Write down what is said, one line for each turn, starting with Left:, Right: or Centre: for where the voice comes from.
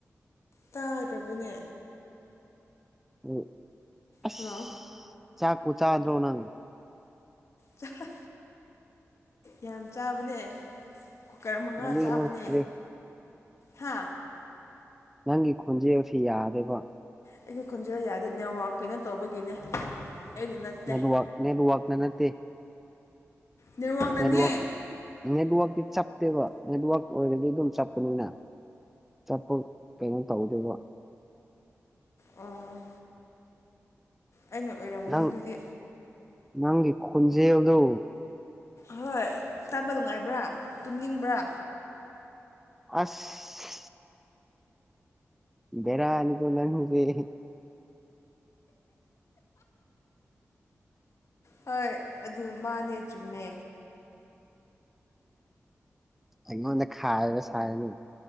Left: ꯇꯥꯔꯕꯅꯦ
Centre: ꯑꯣ ꯑꯁ
Left: ꯍꯜꯂꯣ
Centre: ꯆꯥꯛꯄꯨ ꯆꯥꯗ꯭ꯔꯣ ꯅꯪ
Left: ꯆꯥꯏ ꯌꯥꯝ ꯆꯥꯕꯅꯦ ꯀꯨꯀꯔ ꯃꯉꯥ
Centre: ꯑꯗꯨꯒꯤ
Left: ꯆꯥꯕꯅꯦ
Centre: ꯅꯪ ꯈꯣꯟꯖꯦꯜ
Left: ꯍꯥ
Centre: ꯅꯪꯒꯤ ꯈꯣꯟꯖꯦꯜꯁꯤ ꯌꯥꯗꯦꯕ
Left: ꯑꯩꯒꯤ ꯈꯣꯟꯖꯦꯜ ꯌꯥꯗꯦ ꯅꯦꯠꯋꯥꯛ ꯀꯩꯅꯣ ꯇꯧꯕꯒꯤꯅꯦ ꯑꯩꯅ ꯅꯠꯇꯦ
Centre: ꯅꯦꯠꯋꯥꯛ ꯅꯦꯠꯋꯥꯛꯅ ꯅꯠꯇꯦ
Left: ꯅꯦꯠꯋꯥꯛꯅꯅꯦ
Centre: ꯅꯦꯠꯋꯥꯛ ꯅꯦꯠꯋꯥꯛꯇꯤ ꯆꯞꯇꯦꯕ ꯅꯦꯠꯋꯥꯛ ꯑꯣꯏꯔꯗꯤ ꯑꯗꯨꯝ ꯆꯠꯄꯅꯤꯅ ꯆꯠꯄ ꯀꯩꯅꯣ ꯇꯧꯗꯣꯏꯔꯤꯕ
Left: ꯑꯣ ꯑꯩꯅ ꯑꯣꯏꯔꯝꯒꯅꯤ
Centre: ꯅꯪ
Left: ꯑꯗꯨꯗꯤ
Centre: ꯅꯪꯒꯤ ꯈꯣꯟꯖꯦꯜꯗꯣ
Left: ꯍꯣꯏ ꯇꯥꯕ ꯅꯨꯡꯉꯥꯏꯕ꯭ꯔꯥ ꯇꯨꯝꯅꯤꯡꯕ꯭ꯔꯥ
Centre: ꯑꯁ ꯚꯦꯔꯥꯅꯤꯀꯣ ꯅꯪ ꯍꯧꯖꯤꯛ
Left: ꯍꯣꯏ ꯑꯗꯨ ꯃꯥꯅꯦ ꯆꯨꯝꯃꯦ
Centre: ꯑꯩꯉꯣꯟꯗ ꯈꯥꯏꯕ ꯁꯥꯔꯅꯨ